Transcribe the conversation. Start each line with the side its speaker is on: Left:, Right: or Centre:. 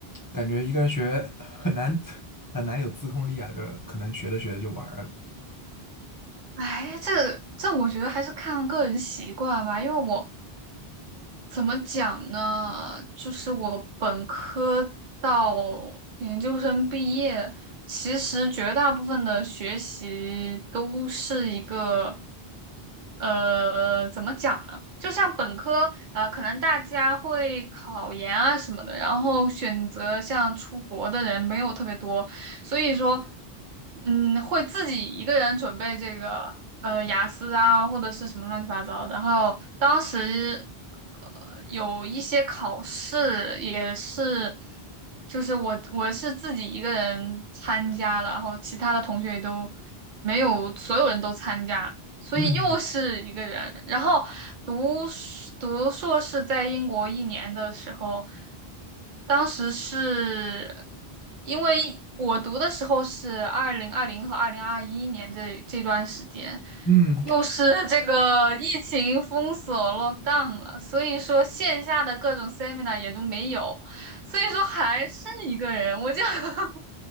Left: 感觉一个人学很难很难有自控力啊？就是可能学着学着就玩儿了。
Right: 哎，这这我觉得还是看个人习惯吧，因为我怎么讲呢？就是我本科到研究生毕业，其实绝大部分的学习都是一个，呃，怎么讲呢？就像本科，呃，可能大家会考研啊什么的，然后选择像出国的人没有特别多，所以说，嗯，会自己一个人准备这个呃雅思啊，或者是什么乱七八糟的。然后当时呃有一些考试也是，就是我我是自己一个人参加了，然后其他的同学也都没有，所有人都参加。所以又是一个人。
Left: 嗯
Right: 然后读硕读硕士在英国一年的时候，当时是因为我读的时候是二零二零和二零二一年这这段时间，
Left: 嗯嗯，
Right: 又是这个疫情封锁 lockdown 了，所以说线下的各种 seminar 也都没有。所以说还是一个人，我就 <laughs>